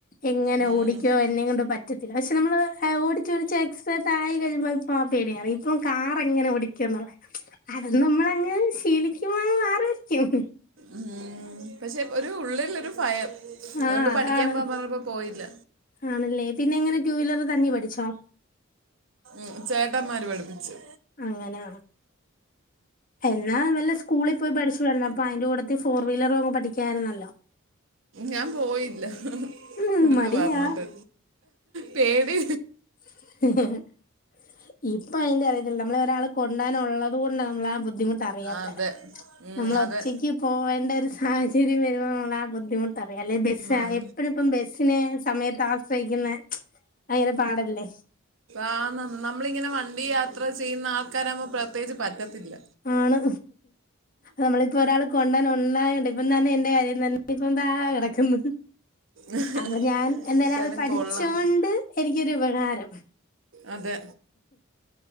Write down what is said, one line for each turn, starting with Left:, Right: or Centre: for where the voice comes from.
Left: എങ്ങനെ
Right: ഉം.
Left: ഓടിക്കോ എന്നെ കൊണ്ട് പ പറ്റത്തില്ല പക്ഷ നമ്മള് ഓടിച്ച്ച്ചോടിച്ച് എക്സ്രാപർട്ട് ആയി കഴിമ്പ ആ പേടിമാറി ഇപ്പം കാർ എങ്ങനെ ഓടിക്കന്നുള്ള അത് നമ്മളങ്ങ് ശീലിക്കുമ്പോ അങ്ങ് മാറുവായിരിക്കും
Right: ഉം പക്ഷെ ഒരു ഉള്ളിൽ ഒരു ഭയം
Left: ആഹ്
Right: അതുകൊണ്ട്
Left: അതാണ്
Right: പഠിക്കാൻ പോവാൻ പറഞ്ഞപ്പോ പോയില്ല
Left: ആണല്ലേ പിന്നെ എങ്ങനെ ടു വീലർ തന്നെ പഠിച്ചോ
Right: ഉം ചേട്ടന്മാര് പഠിപ്പിച്ചു
Left: അങ്ങനാ എന്നാ വല്ല സ്കൂളിൽ പോയി പഠിച്ചുടാരുന്നോ അപ്പൊ അതിന്റെ കുട്ടത്തി ഫോർ വീലറ് അങ്ങ് പഠിക്കായിരുന്നല്ലോ
Right: ഞാൻ പോയില്ല
Left: ഉം
Right: എന്റെടുത്ത്
Left: മടിയാ
Right: പറഞ്ഞിട്ട് പേടി
Left: <unintelligible> ഇപ്പൊ അയിന്റെ അറിയത്തില്ല നമ്മള ഒരാൾ കൊണ്ടാന ഉള്ളത് കൊണ്ട നമ്മൾ ആ ബുദ്ധിമുട്ട് അറിയാത്ത
Right: അതെ ഉം,
Left: നമ്മൾ ഒറ്റക്ക്
Right: അതെ
Left: പോകേണ്ട ഒരു സാഹചര്യം വരുമ്പോ നമ്മൾ ആ ബുദ്ധിമുട്ട അറിയാം അല്ലെ ബസ്സ്
Right: ഉം.
Left: ആകെ എപ്പഴും പ്പ ബസിനെ സമയത്ത് ആശ്രയിക്കുന്ന ഭയങ്കര പാടല്ലേ
Right: ആന്ന് നമ്മളിങ്ങനെ വണ്ടി യാത്ര ചെയ്യുന്ന ആൾക്കാരാവുമ്പോ പ്രത്യേകിച്ച് പറ്റത്തില്ല
Left: ആണ് നമ്മള് ഇപ്പൊ ഒരാൾ കൊണ്ടൻ ഒണ്ടണ്ട് ഇപ്പ തന്നെ എന്റെ കാര്യം തന്നെ ഇപ്പൊ ദാ കിടക്കന്ന്
Right: എന്തായാലും
Left: അപ്പ ഞാൻ എന്താലും അത് പഠിച്ചോണ്ട്
Right: കൊള്ളാം
Left: എനിക്കൊരുപകാരം
Right: അതെ